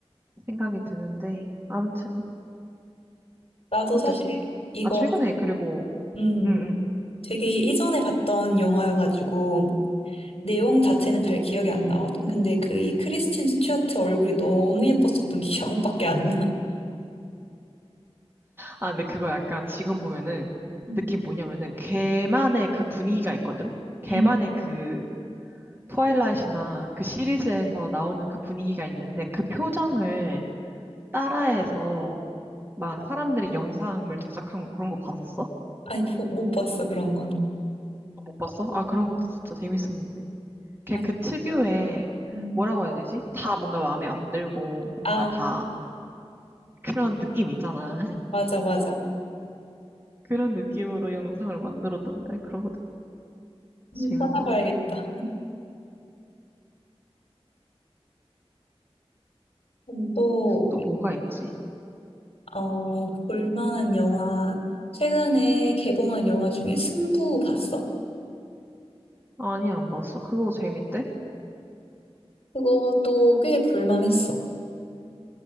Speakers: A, on the right; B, on the left.
A: 생각이 드는데 아무튼
B: 나도
A: 그것도
B: 사실
A: 진짜
B: 이거,
A: 아, 최근에 그리고
B: 음,
A: 응응.
B: 되게 이전에 봤던 영화여가지고, 내용 자체는 잘 기억이 안 나거든. 근데 그 이 크리스틴 스튜어트 얼굴이 너무 예뻤었던 <laughs> 기억밖에 안 나.
A: 아, 근데 그거 약간 지금 보면은
B: 음,
A: 느낌 뭐냐면은 걔만의 그 분위기가 있거든. 걔만의
B: 음,
A: 그 트와일라이트나 그 시리즈에서 나오는 그 분위기가 있는데 그 표정을 따라해서 막 사람들이 영상을 제작한 거 그런 거 봤었어?
B: 아니, 보- 못 봤어, 그런 건.
A: 못 봤어? 아, 그런
B: 음,
A: 것도 진짜 재밌었는데. 걔
B: 맞-
A: 그 특유의
B: 음.
A: 뭐라고 해야 되지? 다 뭔가 마음에 안 들고 뭔가
B: 아,
A: 다 그런 느낌 있잖아. <laughs>
B: 맞아, 맞아.
A: 그런 느낌으로 영상을 만들었던데 그런 것도
B: 음.
A: 재밌더라.
B: 찾아봐야겠다. 음, 또,
A: 또 뭐가 있지?
B: 어, 볼만한 영화, 최근에 개봉한 영화 중에 승부 봤어?
A: 아니, 안 봤어. 그거 재밌대?
B: 그것도 꽤 볼만했어.